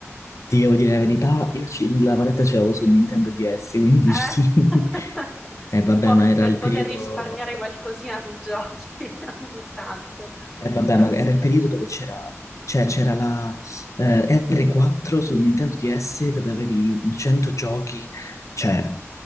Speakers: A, on the left; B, in the centre.
A: Ti devo dire la verità, io ci- la paletta ce l'avevo su Nintendo DS, quindi sì.
B: Eh,
A: <laughs>
B: <laughs>
A: Eh vabbè,
B: Un po'
A: ma era
B: per
A: il
B: poter
A: periodo...
B: risparmiare qualcosina sui giochi <laughs> ogni tanto.
A: Eh vabbè,
B: Però
A: ma
B: s-
A: era il periodo dove c'era... Cioè, c'era la eh, R4 su Nintendo DS dove avevi 100 giochi, cioè,